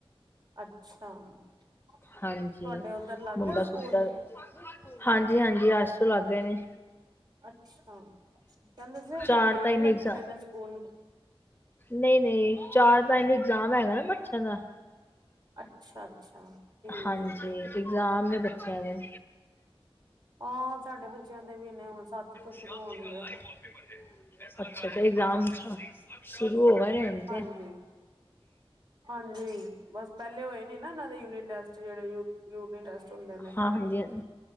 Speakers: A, on the right; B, on the left.
A: ਅੱਛਾ ਤੁਹਾਡੇ
B: ਹਾਂਜੀ।
A: ਉੱਧਰ ਲਾਗ
B: ਮੁੰਡਾ
A: ਗਏ ਸਕੂਲ
B: ਸੁੱਤਾ ਹਾਂਜੀ, ਹਾਂਜੀ ਅਜ ਤੋਂ ਲਾਗ ਗਏ ਨੇ।
A: ਅੱਛਾ ਕਹਿੰਦੇ ਸੀ, ਉੱਧਰ
B: ਚਾਰ
A: ਲੇਟ
B: ਤਾਈ
A: ਲੱਗਣੇ
B: ਨੂੰ ਇਗਜ਼ਾਮ
A: ਨੇ ਸਕੂਲ।
B: ਨਹੀਂ ਨਹੀਂ ਚਾਰ ਦਾ ਇਹਨਾਂ ਦਾ ਇਗਜ਼ਾਮ ਹੈਗਾ ਨਾ ਬੱਚਿਆਂ ਦਾ।
A: ਅੱਛਾ ਅੱਛਾ ਠੀਕ
B: ਹਾਂਜੀ
A: ਹੈ।
B: ਇਗਜ਼ਾਮ ਮੈਂ ਬੱਚਿਆਂ ਦੇ।
A: ਹਾਂ ਸਾਡੇ ਬੱਚਿਆਂ ਦੇ ਵੀ ਨੇ ਹੁਣ ਸੱਤ ਤੋਂ ਸ਼ੁਰੂ
B: ਸ਼ਾਮ
A: ਹੋਣਗੇ
B: ਜ ਲਵੋ ਪੇਪਰੇ <unintelligible> ਅੱਛਾ ਤਾਂ ਇਗਜ਼ਾਮ ਸ਼ੁਰੂ ਹੋ ਗਏ ਨੇ ਹੁਣ
A: ਹਾਂਜੀ
B: ਤੇ।
A: ਹਾਂਜੀ ਬਸ ਪਹਿਲੇ ਹੋਏ ਨਹੀਂ ਨਾ ਉਹਨਾਂ ਦੇ ਯੂਨਿਟ ਟੈਸਟ ਜਿਹੜੇ ਯੂਨਿਟ ਟੈਸਟ ਹੁੰਦੇ ਨੇ।
B: ਹਾਂ ਹਾਂਜੀ